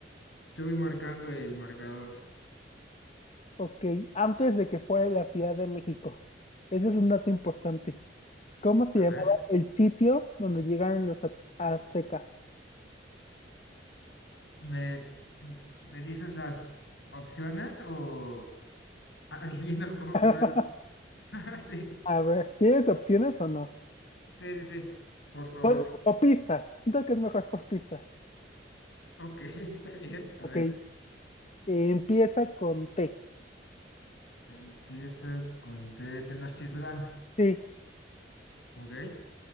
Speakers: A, on the left (about 75°); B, on the left (about 35°).
A: Yo voy marcando el marcador.
B: ok. Antes de que fuera la Ciudad de México. Ese es un dato importante. ¿Cómo se
A: A
B: llamaba
A: ver,
B: el sitio donde llegaron los a- aztecas?
A: ¿me, m- me dices las opciones o <laughs> adivino como
B: <laughs>
A: tal? <laughs> Sí,
B: A ver, ¿tienes opciones o no?
A: sí, sí, sí. Por favor.
B: Pon- O pistas. Siento que es mejor por pistas.
A: Ok, <laughs> está bien. A
B: Ok.
A: ver.
B: Empieza con T.
A: Empieza con T de Tenochtitlán,
B: Sí.
A: ¿ok?